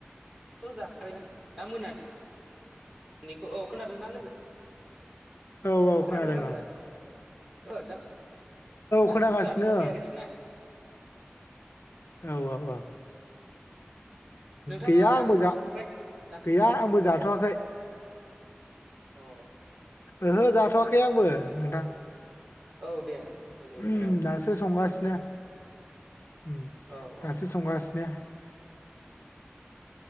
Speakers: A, in the centre; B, on the left.
A: <unintelligible> दा मोनानि बेनिखौ औ खोनादोंना लोगो?
B: औ औ
A: खोनादोंना
B: खोनादों
A: लोगो
B: आं।
A: ओ दा मोनानिखौ
B: खोनागासिनो
A: जाथ'वाखै आरोखि ना।
B: औ औ औ।
A: नोंथाङा
B: गैया आंबो जा
A: ओमफ्राय
B: <inaudible>
A: जाखांबाय
B: गैया आंबो जाथ'वाखै।
A: अ
B: ओहो जाथ'वाखै आंबो नोंथां।
A: औ दे लोगो
B: उहुम,
A: खोनादों
B: दासो संगासिनो <inaudible> ओम
A: औ औ
B: दासो संगासिनो।